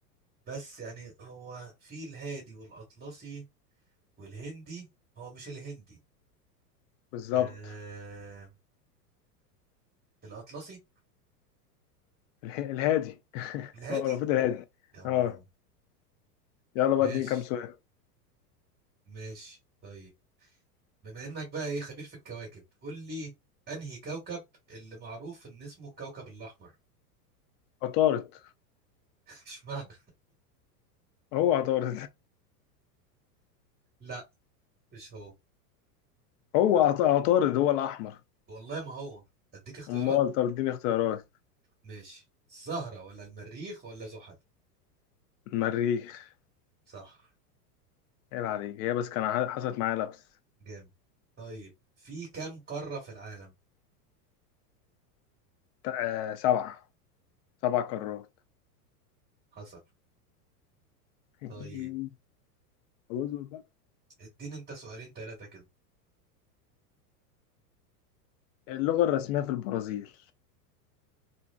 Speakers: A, on the right; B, on the left.
A: بس يعني هو في الهادي والاطلسي والهندي هو مش الهندي
B: بالظبط
A: آه الاطلسي
B: الح- الهادي <laughs>
A: الهادي
B: هو المفروض الهادي
A: يا بابا.
B: اه يلا بقى
A: ماشي
B: اديني كام سؤال
A: ماشي طيب بما انك بقى ايه خبير في الكواكب قول لي انهي كوكب اللي معروف ان اسمه الكوكب الاحمر
B: عطارد
A: <laughs> اشمعنى
B: هو عطارد
A: لا مش هو
B: <laughs> هو عط- عطارد هو الأحمر
A: والله ما هو اديك اختيارات
B: أمال طب اديني اختيارات
A: ماشي الزهرة ولا المريخ ولا زحل
B: المريخ
A: صح
B: عيب عليك هي بس كان ح- حصلت معايا لبس
A: جامد طيب في كام قارة في العالم
B: ت- آه، سبعة سبع قارات
A: حصل
B: <laughs>
A: طيب
B: أعوذ بقى.
A: اديني انت سؤالين ثلاثة كده
B: اللغة الرسمية في البرازيل